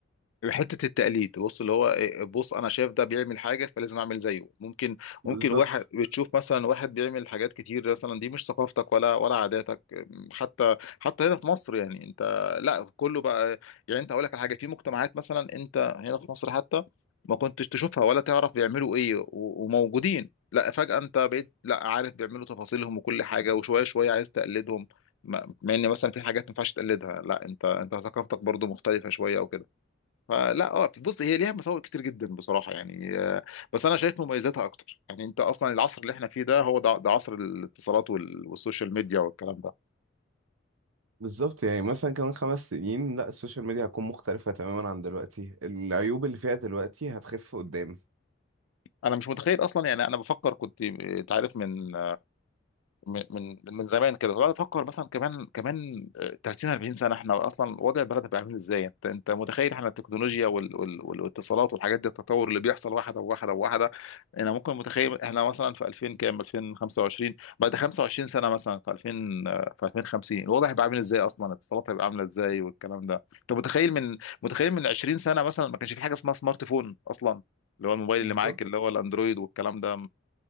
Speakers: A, on the left; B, on the right.
A: حته التقليد بص اللي هو إيه، بص انا شايف ده بيعمل حاجه فلازم اعمل زيه ممكن
B: بالظبط
A: ممكن واحد بتشوف مثلا واحد بيعمل حاجات كتير مثلا دي مش ثقافتك ولا ولا عاداتك أم، حتى حتى هنا في مصر يعني انت لا كله بقى يعني انت اقول لك على حاجه في مجتمعات مثلا انت هنا في مصر حتى ما كنتش تشوفها ولا تعرف بيعملوا ايه و- وموجودين لا فجاه انت بقيت لا عارف بيعملوا تفاصيلهم وكل حاجه وشويه شويه عايز تقلدهم مع مع ان مثلا في حاجات ما ينفعش تقلدها لا انت انت ثقافتك برضو مختلفه شويه او كده فلا اه بص هي ليها مساوئ كتير جدا بصراحه يعني آه، بس انا شايف مميزاتها اكتر يعني انت اصلا العصر اللي احنا فيه ده هو ده, ده عصر الاتصالات وال- والسوشيال ميديا والكلام ده
B: بالظبط يعني مثلا كمان خمس سنين لا السوشيال ميديا هتكون مختلفة تماما عن دلوقتي العيوب اللي فيها دلوقتي هتخف قدام
A: انا مش متخيل اصلا يعني انا بفكر كنت آه، انت عارف من من من من زمان كده وقعد افكر مثلا كمان كمان 30 40 سنه احنا اصلا وضع البلد هيبقى عامل ازاي انت انت متخيل احنا التكنولوجيا وال وال والاتصالات والحاجات دي التطور اللي بيحصل واحده وواحده وواحده انا ممكن متخيل احنا مثلا في 2000 كام 2025 بعد 25 سنه مثلا في 2000 في 2050 الوضع هيبقى عامل ازاي اصلا الاتصالات هيبقى عامله ازاي والكلام ده انت متخيل من متخيل من 20 سنه مثلا ما كانش في حاجه اسمها سمارت فون اصلا اللي هو الموبايل
B: بالظبط
A: اللي معاك اللي هو الاندرويد والكلام ده